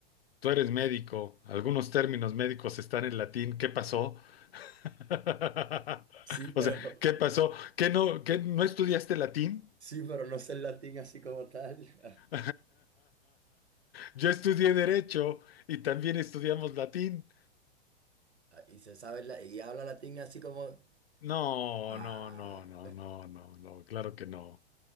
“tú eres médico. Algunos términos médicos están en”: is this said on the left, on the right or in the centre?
Left